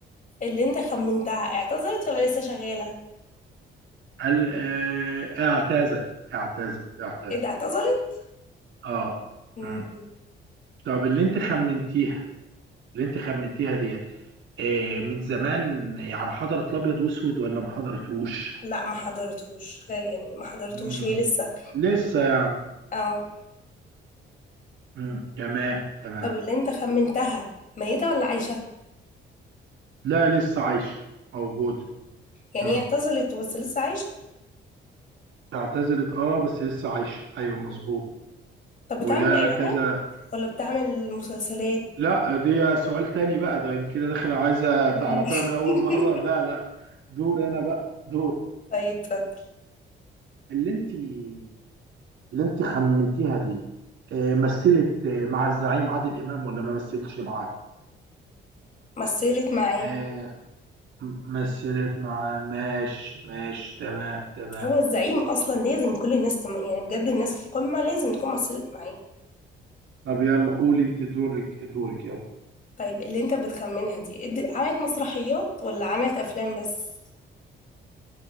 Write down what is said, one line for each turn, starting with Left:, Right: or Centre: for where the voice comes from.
Left: اللي انت خمنتها اعتذرت ولا لسه شغالة
Right: قال آه، اعتزل اعتزل اعتزل
Left: ايه ده اعتذرت
Right: اه
Left: مم.
Right: مم. طب اللي انت خمنتيها اللي انت خمنتيها ديت آه، من زمان يعني حضرت الابيض واسود ولا ما حضرتوش
Left: لا ما حضرتوش غير يعني ما حضرتوش
Right: مم.
Left: هي لسه
Right: لسه يعني
Left: اه
Right: مم. تمام تمام
Left: طب اللي انت خمنتها ميتة ولا عايشة
Right: لا لسه عايش موجود
Left: يعني
Right: مم.
Left: هي اعتزلت بس لسه عايشة
Right: اعتزلت اه بس لسه عايش ايوه مظبوط
Left: طب
Right: ولا
Left: بتعمل اعلانات
Right: كذا
Left: ولا بتعمل مسلسلات
Right: لا دي سؤال تاني بقى ده انت كده داخله عايزه
Left: مم.
Right: تعرفيها من اول
Left: <laughs>
Right: مره لا لا دور انا بقى دور
Left: طيب اتفضل
Right: اللي انت اللي انت خمنتيها دي آه، مثلت آه، مع الزعيم عادل امام ولا ما مثلتش معاه
Left: مثلت معاه
Right: آه، مثلت معاه ماشي ماشي تمام تمام
Left: هو الزعيم اصلا لازم كل الناس تم... يعني بجد الناس القمة لازم تكون مثلت معاه
Right: طب يلا قولي انت دورك دورك يلا
Left: طيب اللي انت بتخمنها دي اد- عملت مسرحيات ولا عملت افلام بس